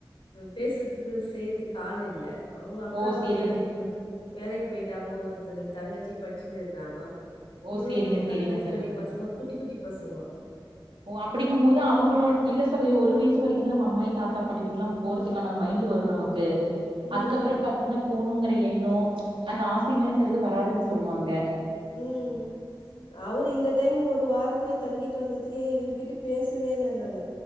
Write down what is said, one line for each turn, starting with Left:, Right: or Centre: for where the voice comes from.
Left: பேசுதுக்கு செய்யிதுக்கு ஆள் இல்ல அவுங்க அக்காங்க
Right: ஓ சேரிங்க
Left: வேலக் போய் வேலக்கி போயிட்டாங்க ஒருத்தரு தங்கச்சி படிச்சின்னு இருக்காங்க
Right: ஓ
Left: இன்னொரு
Right: சேரிங்க சேரிங்க
Left: தங்கச்சியொடைய
Right: சகோதரி.
Left: பசங்க குட்டி குட்டி பசங்கோ
Right: ஓ அப்புடிங்கு மோது அவுங்களோட இல்ல சகோதரி ஒரு வயசு வரிக்கு தா நம்ம அம்மாய் தாத்தா பாட்டி வீட்டுக்கெல்லா போறதுக்கான மைண்ட் வரு நமக்கு
Left: ம்
Right: அதுக்கப்புறோ பாத்தீங்கன்னா போணுங்கற எண்ணோ அந்த ஆசங்களங்கறது வராதுன்னு சொல்லுவாங்க
Left: உம் அவரு இந்த டைம் ஒரு வாரோ போய் தங்கிட்டு வந்ததுக்கு இவரு கிட்ட பேசவே இல்ல நானு